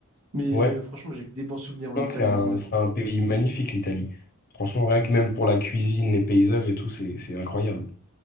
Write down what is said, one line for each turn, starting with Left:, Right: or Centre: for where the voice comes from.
Right: Mais
Left: Ouais.
Right: j'ai- franchement, j'ai que des bons souvenirs en
Left: Non,
Right: Italie
Left: c'est un,
Right: en vrai.
Left: c'est un pays magnifique, l'Italie. Franchement, rien que même pour la cuisine, les paysages et tout, c'est, c'est incroyable.